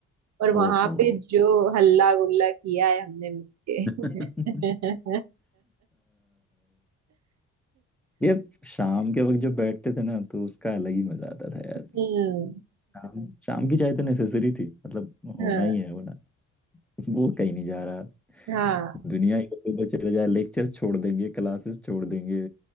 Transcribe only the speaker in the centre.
ओहो
<laughs>
अह, ये शाम के वक्त जब बैठते थे ना तो उसका अलग ही मजा आता था यार
शाम शाम की चाय तो नेसेसरी थी मतलब होना
ही है होना <laughs> वो कहीं नहीं जा रहा
दुनिया इधर से उधर चले जा लेक्चर छोड़ देंगे क्लासेस छोड़ देंगे